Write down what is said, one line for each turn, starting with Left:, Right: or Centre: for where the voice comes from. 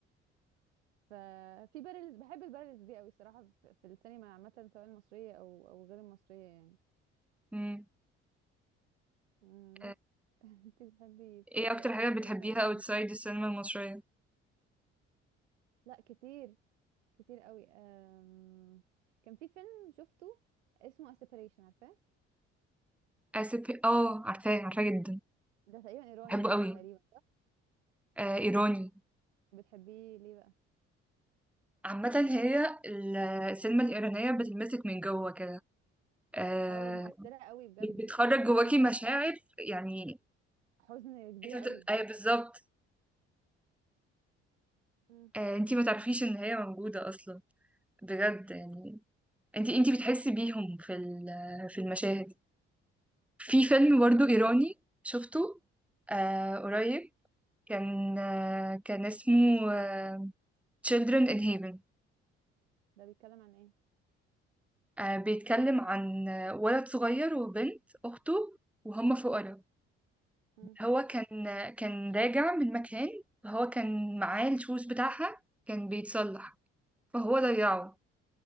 Right: ففي بارلز بحب البارلز دي قوي الصراحه في في السينما عامه سواء المصريه او او غير المصريه يعني
Centre: امم
Right: مم،
Centre: آه،
Right: بس <laughs> انت بتحبي تتفرجي
Centre: ايه اكتر
Right: على ايه طب
Centre: حاجة
Right: اتفرجتي
Centre: بتحبيها
Right: على ايه
Centre: اوتسايد
Right: تاني
Centre: السينما المصرية
Right: لا كتير كتير قوي أم... كان في فيلم شفته اسمه A Separation عارفاه
Centre: اسف اه عارفاه عارفاه جدا
Right: ده تقريبا ايراني
Centre: بحبه
Right: ت-
Centre: قوي
Right: تقريبا
Centre: آه ايراني
Right: بتحبيه ليه بقى
Centre: عامة هي ال- السينما الإيرانية بتلمسك من جوه كده آه
Right: اه مؤثرة قوي بجد
Centre: بت- بتخرج
Right: تحسيها
Centre: جواكي مشاعر يعني
Right: حزن كبيرة
Centre: انت بت...
Right: قوي
Centre: ايوه بالظبط
Right: مم.
Centre: آه انت ما تعرفيش ان هي موجودة اصلا بجد يعني انت انت بتحسي بيهم في ال- في المشاهد في فيلم
Right: اه بصراحة
Centre: برضو إيراني شفته آه قريب كان آه، كان اسمه
Right: اسمه ايه
Centre: آه، Children in Heaven
Right: ده بيتكلم عن ايه
Centre: آه، بيتكلم عن آه، ولد صغير وبنت أخته وهم فقراء
Right: مم.
Centre: هو كان آه، كان راجع من مكان فهو كان معاه الشوز بتاعها كان بيتصلح فهو ضيعه
Right: مم.